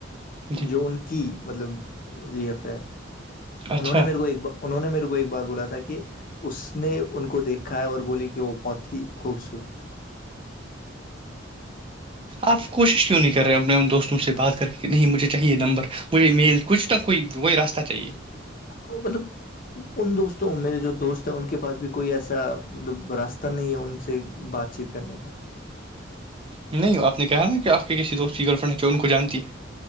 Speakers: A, on the right (about 30°); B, on the left (about 45°).
A: ہے جی
B: جو ان کی مطلب جی ایف ہے انہوں
A: اچھا
B: نے میرے کو ایک ب انہ نے میرے کو ایک بار بولا تھا کہ اس نے ان کو دیکھا ہے اور بولی کہ وہ بہت ہی خوبصورت ہے
A: آپ کوشش کیوں نہیں کر رہے اپنے ان دوستوں سے بات کر کے نہیں مجھے چاہیے نمبر مجھے میل کچھ نہ کوئی وہی راستہ چاہیے
B: وہ مطلب ان دوستوں میرے جو دوست ہیں ان کے پاس بھی کوئی ایسا مطلب راستہ نہیں ہے ان سے بات چیت کرنے کا
A: نہیں آپ نے کہا نا کہ آپ کے کسی دوست کی گرل فرینڈ ہے تو ان کو جانتی ہے